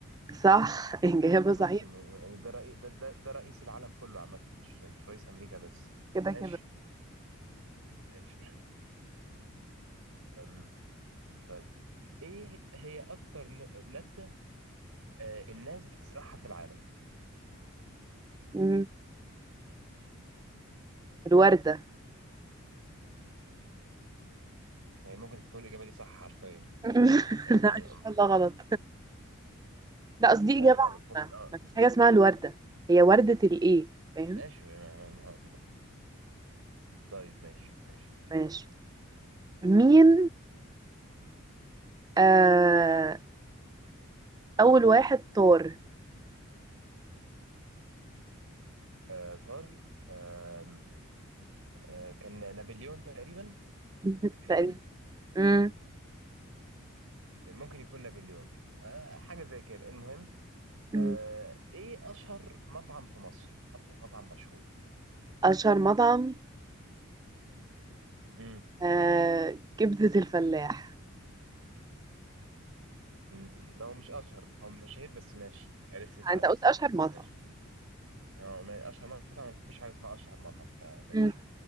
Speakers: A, on the right (about 20°); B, on the right (about 80°).
A: صح إجابة صحيحة
B: ممكن يعني ده رئيس ده, ده ده رئيس العالم كله عامه مش مش رئيس امريكا بس
A: كده كده
B: ماشي ماشي آم، طيب ايه هي اكتر ن- نبتة آه، الناس بتزرعها في العالم
A: مم. الوردة
B: يعني ممكن تكون الاجابة دي صح حرفيا
A: <laughs>
B: يعني
A: لا إن شاء الله غلط لا قصدي
B: آه،
A: إجابة
B: غلط ممكن
A: عامة
B: اه
A: مفيش حاجة اسمها الوردة هي وردة الإيه فاهم
B: ماشي ما- ما- ما- طيب ماشي ماشي
A: ماشي مين آه أول واحد طار
B: آه، طار آم، آه، كان نابليون تقريبا
A: <laughs>
B: نابليون
A: تقريبا مم.
B: يعني ممكن يكون نابليون آه حاجة زي كده المهم آه
A: مم.
B: ايه اشهر مطعم في مصر اكتر مطعم مشهور
A: أشهر مطعم
B: امم
A: آه كبدة الفلاح
B: أمم، هو مش اشهر هو من المشاهير بس ماشي عرفت تعدي
A: أنت قلت
B: صح
A: أشهر مطعم
B: ماشي هو ما- اشهر مطعم مفيش حاجة اسمها اشهر مطعم فماشي
A: مم.